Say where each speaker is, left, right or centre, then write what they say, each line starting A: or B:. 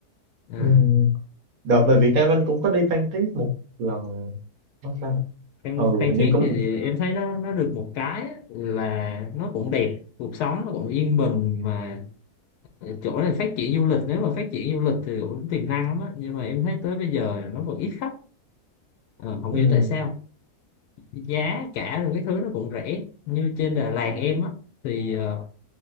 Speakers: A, on the left; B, on the right.
A: à,
B: ừ. đợt về Việt Nam anh cũng có đi Phan Thiết một lần mất đâu.
A: Phan,
B: Ừ
A: Phan
B: hình như
A: Thiết
B: cũng
A: thì em thấy nó nó được một cái á, là nó cũng đẹp cuộc sống nó cũng yên bình mà chỗ này phát triển du lịch nếu mà phát triển du lịch thì cũng tiềm năng lắm á nhưng mà em thấy tới bây giờ nó vẫn ít khách Ờ, không
B: ừ.
A: hiểu tại sao giá cả rồi cái thứ nó cũng rẻ như trên Đà Lạt em á thì ờ,